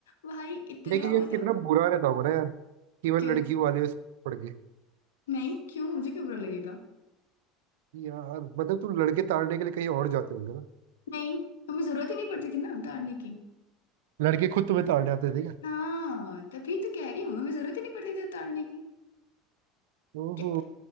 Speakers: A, on the left (about 85°); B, on the right (about 75°).
A: भाई इतना
B: लेकिन
A: मतलब
B: ये कितना बुरा रहता होगा ना यार केवल
A: क्यों
B: लड़की वाले उस पड़ के
A: नहीं क्यों मुझे क्यों बुरा लगेगा
B: यार मतलब तुम लड़के ताड़ने के लिए कहीं और जाते होंगे ना
A: नहीं हमें जरूरत ही नहीं पड़ती थी ना उतारने की
B: लड़के खुद तुम्हें ताड़ने आते थे क्या
A: हाँ तभी तो कह रही हूँ हमें जरूरत ही नहीं पड़ती थी उतारने की
B: ओहो
A: क्या,